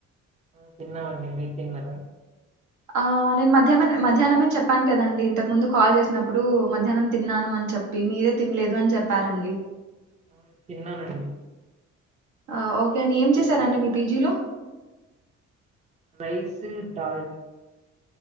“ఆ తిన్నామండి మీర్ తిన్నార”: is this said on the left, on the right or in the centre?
Right